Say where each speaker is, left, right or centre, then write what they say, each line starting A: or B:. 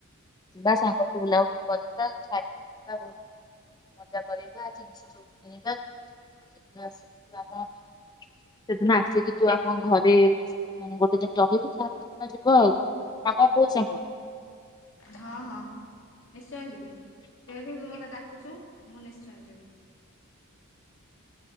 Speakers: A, on the left (about 20°); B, on the left (about 60°).
A: ଯିବା ସାଙ୍ଗହେଇକି ବୁଲାବୁଲି କରିବା ଖାଇବା <inaudible> ମଜା କରିବା ଜିନିଷ ସବୁ କିଣିବା ଆଉ ସେଦିନ ଆସିକି ତୁ ଆମ ସେଦିନ ଆସିକି‌ ତୁ ଆମ ଘରେ ଗୋଟେ ଦିନ ରହିବୁ ତାପରଦିନ ଯିବୁ ଆଉ, ନା କଣ କହୁଛୁ ସାଙ୍ଗ?
B: ହଁ ହଁ ନିଶ୍- ନିଶ୍ଚୟ ଯିବି, ଯେହେତୁ <unintelligible> ଡାକୁଛୁ ମୁଁ ନିଶ୍ଚୟ ଯିବି।